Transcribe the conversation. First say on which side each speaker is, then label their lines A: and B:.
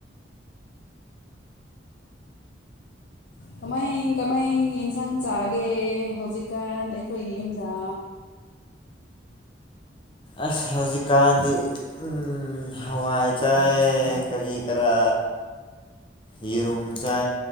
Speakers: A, on the left; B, on the left.
A: ꯀꯃꯥꯏ ꯀꯃꯥꯏ ꯌꯦꯟꯁꯥꯡ ꯆꯥꯛꯒꯦ ꯍꯧꯖꯤꯛꯀꯥꯟ ꯑꯩꯈꯣꯏꯒꯤ ꯌꯨꯝꯗ
B: ꯑꯁ ꯍꯧꯖꯤꯛ ꯀꯥꯟꯗꯤ ꯎ ꯍꯋꯥꯏ ꯆꯥꯏꯦ ꯀꯔꯤ ꯀꯔꯥ ꯌꯦꯔꯨꯝ ꯆꯥ